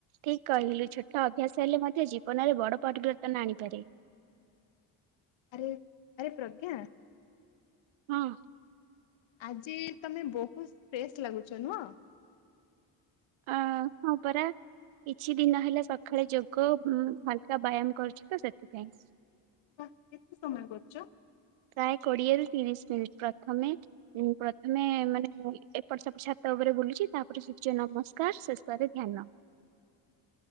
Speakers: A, on the right; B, on the left.
A: ଠିକ କହିଲୁ ଛୋଟ ଅଭ୍ୟାସ ହେଲେ ମଧ୍ୟ ଜୀବନରେ ବଡ ପରିବର୍ତ୍ତନ ଆଣିପାରେ।
B: ଆରେ ଆରେ ପ୍ରଜ୍ଞା।
A: ହଁ।
B: ଆଜି ତମେ ବହୁତ ଫ୍ରେଶ ଲାଗୁଛ ନୁହଁ।
A: ଅ ହଁ ପରା। କିଛି ଦିନ ହେଲା ସକାଳେ ଯୋଗ ହାଲକା ବ୍ୟାୟାମ କରୁଛି ତ ସେଥିପାଇଁ।
B: ବା କେତେ ସମୟ କରୁଛ।
A: ପ୍ରାୟ କୋଡିଏରୁ ତିରିଶ ମିନିଟ୍ ପ୍ରଥମେ ପ୍ରଥମେ ମାନେ ଏପଟ ସେପଟ ଛତ ଉପରେ। ଉପରେ ବୁଲିକି ତାପରେ ସୂଯ୍ୟ ନମସ୍କାର ଶେଷରେ ଧ୍ୟ୍ୟନ।